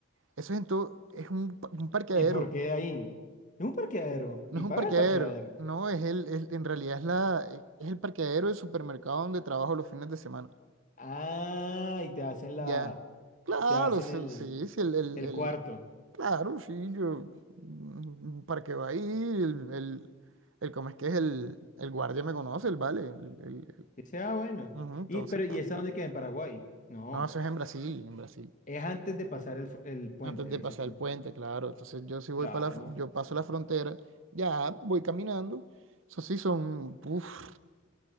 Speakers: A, on the right; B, on the left.
A: Eso es en todo, es un, pa- un parqueadero,
B: ¿Y por qué ahí? Es un parqueadero
A: no
B: y
A: es
B: paga
A: un parqueadero,
B: el parqueadero.
A: no, es el, es- en realidad es la, es el parqueadero del supermercado donde trabajo los fines de semana.
B: Ah, y te hacen
A: Ya,
B: la,
A: claro,
B: te hacen
A: sí,
B: el,
A: sí, sí, el, el-
B: el
A: el-
B: cuarto.
A: claro, sí, yo, mm, para que va ahí, el, el, el, ¿cómo es que es? El, el guardia me conoce, el vale, el, el-
B: Dice, ah, bueno.
A: ujú, entonces,
B: Y, pero, ¿y esa dónde queda? ¿En Paraguay? No.
A: no, eso es en Brasil, en Brasil,
B: Es antes de pasar el, fu- el puente,
A: antes de
B: dices
A: pasar
B: tú.
A: el puente, claro, entonces yo sí voy
B: Claro,
A: para la, fr-
B: porque
A: yo paso
B: sí.
A: la frontera, ya, voy caminando, eso sí son, uf,